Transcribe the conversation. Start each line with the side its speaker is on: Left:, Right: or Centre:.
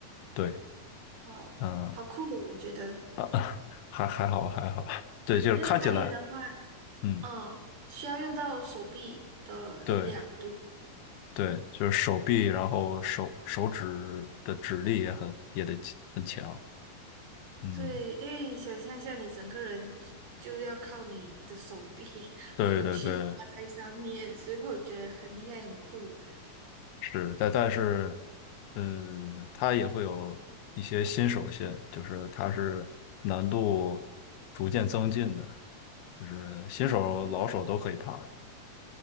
Left: 对，
Right: 哇哦，
Left: 嗯、
Right: 好酷哦，我觉得，
Left: 啊，<laughs> 还还好还好，对，就是看起来，
Right: 因为攀岩的话，
Left: 嗯，
Right: 嗯，需要用到手臂的力量，
Left: 对。
Right: 对不
Left: 对，就是手臂，然后手手指的指力也很也得很强。嗯，
Right: 对，因为你想象一下，你整个人就要靠你的手臂，<laughs>
Left: 对对对，
Right: 然后去挂在上面，所以我觉得很厉害，很酷。
Left: 是，但但是，嗯，它也会有一些新手线，就是它是难度逐渐增进的，就是新手、
Right: 哦，
Left: 老手都可以爬。